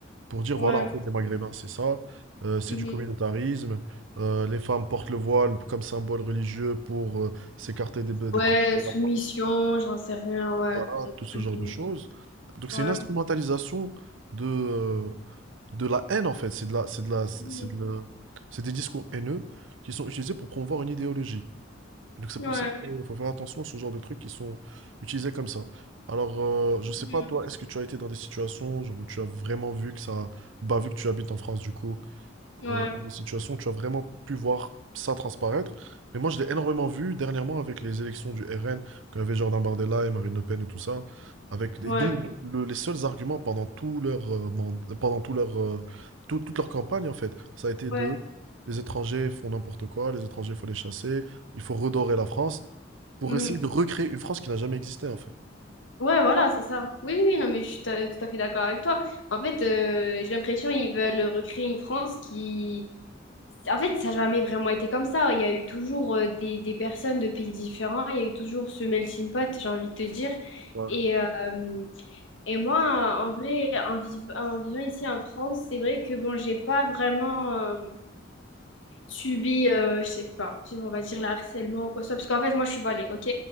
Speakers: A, on the right; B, on the left.
A: pour dire,
B: Ouais.
A: voilà, en fait, les maghrébins, c'est ça, euh, c'est
B: Mhm.
A: du communautarisme, euh, les femmes portent le voile comme symbole religieux pour euh, s'écarter des, des
B: Ouais,
A: préjugés de
B: soumission,
A: la France.
B: j'en sais rien, ouais.
A: Voilà, tout ce genre
B: Mhm.
A: de choses. Donc c'est
B: Ouais.
A: une instrumentalisation de, euh, de la haine en fait. C'est de la, c'est de la, c'est
B: Mhm.
A: c'est de la- c'est des discours haineux qui sont utilisés pour promouvoir une idéologie. Donc c'est
B: Ouais.
A: pour ça qu'il faut faire attention à ce genre de trucs qui sont utilisés comme ça. Alors euh, je sais
B: Mhm.
A: pas toi, est-ce que tu as été dans des situations genre, où tu as vraiment vu que ça, bah vu que tu habites en France du coup,
B: Ouais.
A: euh, des situations où tu as vraiment pu voir ça transparaître. Mais moi, je l'ai énormément vu dernièrement avec les élections du RN, quand il y avait Jordan Bardella et Marine Le Pen et tout ça. Avec, et
B: Ouais.
A: donc, le- les seuls arguments pendant tout leur, euh, mand- pendant tout leur, euh, tout- toute leur campagne, en fait, ça a été de
B: Ouais.
A: les étrangers font n'importe quoi, les étrangers, il faut les chasser, il faut redorer la France pour
B: Mhm.
A: essayer de recréer une France qui n'a jamais existé, en fait.
B: Ouais, voilà, c'est ça. Oui, oui, non, mais je suis ta- tout à fait d'accord avec toi. En fait, euh, j'ai l'impression qu'ils veulent recréer une France qui, En fait, ça n'a jamais vraiment été comme ça. Il y a eu toujours euh, des, des personnes de pays différents. Il y a eu toujours ce melting pot, j'ai envie de te dire.
A: Voilà.
B: Et, euh, et moi, en vrai, en, viv- en vivant ici en France, c'est vrai que bon, j'ai pas vraiment euh, subi, euh, je sais pas, si on va dire le harcèlement ou quoi que ce soit. Parce qu'en fait, moi, je suis voilée, ok?